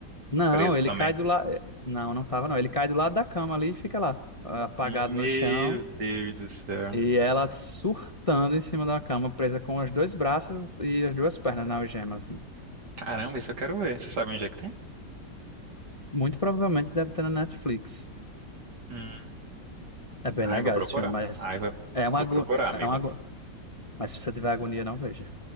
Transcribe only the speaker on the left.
Não,
ele
cai do lado. Não, não tava, não. Ele cai do lado da cama ali e fica lá, apagado
no chão.
E ela surtando em cima da cama, presa com os dois braços e as duas pernas na algema, assim.
Muito provavelmente deve ter na Netflix.
É bem
legal
esse filme, mas
é uma
agonia.
É uma ago- Mas se você tiver agonia, não veja.